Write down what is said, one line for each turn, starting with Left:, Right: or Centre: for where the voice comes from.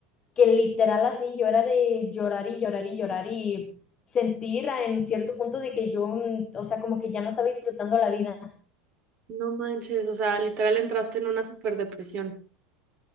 Left: que literal así yo era de llorar y llorar y llorar y sentir a- en cierto punto de que yo, mm, o sea, como que ya no estaba disfrutando la vida.
Right: No manches, o sea, literal entraste en una super depresión.